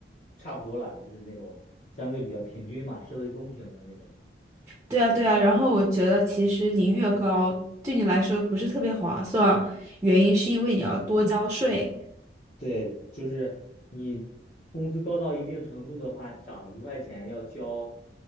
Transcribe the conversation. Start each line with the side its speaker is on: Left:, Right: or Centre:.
Left: 差不多了，就是那种相对比较平均嘛，社会公平的那种。
Right: 对啊，对啊，然后我觉得其实你越高，对你来说不是特别划算，原因是因为你要多交税。
Left: 对，就是你工资高到一定程度的话，涨一块钱要交，